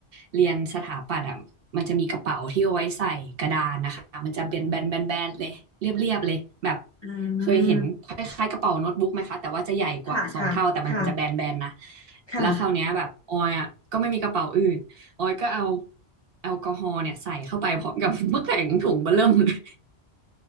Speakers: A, on the right; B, on the left.
A: เรียนสถาปัตย์อะมันจะมีกระเป๋าที่เอาไว้ใส่กระดานนะคะมันจะเป็นแบนแบนแบนเลย เรียบเรียบเลยแบบ
B: อืม
A: เคยเห็นคล้ายๆกระเป๋าโน้ตบุ๊กไหมคะแต่ว่าจะใหญ่กว่าสองเท่าแต่มันจะแบนแบนนะ
B: ค่ะค่ะค่ะค่ะ
A: แล้วคราวเนี้ยแบบออยอะก็ไม่มีกระเป๋าอื่นออยก็เอาแอลกอฮอล์เนี่ยใส่เข้าไปพร้อมกับ <laughs> น้ำแข็งถุงเบ้อเริ่มเลย